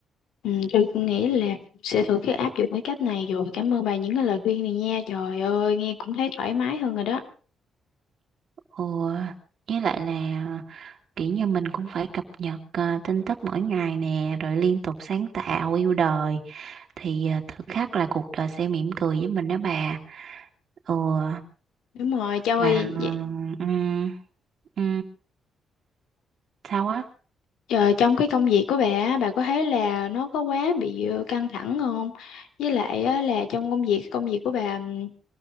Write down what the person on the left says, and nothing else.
ừ, tôi cũng nghĩ là sẽ thử cái áp dụng cái cách này rồi cảm ơn bà những cái lời khuyên này nha trời ơi nghe cũng thấy thoải mái hơn rồi đó
đúng rồi cho
ơi
Ờ, trong cái công việc của bà á, bà có thấy là nó có quá bị ờ, căng thẳng không? Với lại á, là trong công việc công việc của bà ừm,